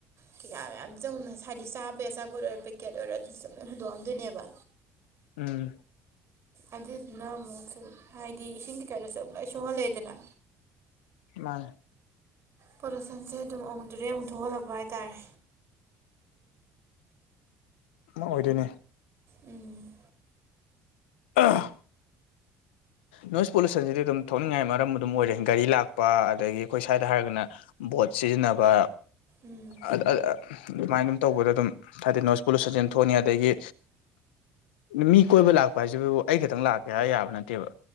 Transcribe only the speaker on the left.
ꯎꯝ
ꯃꯥꯅꯦ
ꯑꯣꯏꯗꯣꯏꯅꯤ
ꯑꯥ ꯅꯣꯏꯁ ꯄꯣꯂꯨꯁꯟꯁꯤꯗꯤ ꯑꯗꯨꯝ ꯊꯣꯛꯅꯤꯡꯉꯥꯏ ꯃꯔꯝ ꯑꯗꯨꯝ ꯑꯣꯏꯔꯦ ꯒꯥꯔꯤ ꯂꯥꯛꯄ ꯑꯗꯒꯤ ꯑꯩꯈꯣꯏ ꯁ꯭ꯋꯥꯏꯗ ꯍꯥꯏꯔꯒꯅ ꯕꯣꯠ ꯁꯤꯖꯤꯟꯅꯕ
ꯑꯥ-ꯑꯥ-ꯑꯂꯨ ꯑꯗꯨꯃꯥꯏꯅ ꯑꯗꯨꯝ ꯇꯧꯕꯗ ꯑꯗꯨꯝ ꯍꯥꯏꯗꯤ ꯅꯣꯏꯁ ꯄꯣꯂꯨꯁꯟꯁ ꯑꯗꯨꯝ ꯊꯣꯛꯅꯤ ꯑꯗꯒꯤ ꯃꯤ ꯀꯣꯏꯕ ꯂꯥꯛꯄ ꯍꯥꯏꯁꯤꯕꯨ ꯑꯩ ꯈꯇꯪ ꯂꯥꯛꯀꯦ ꯍꯥꯏ ꯌꯥꯕ ꯅꯠꯇꯦꯕ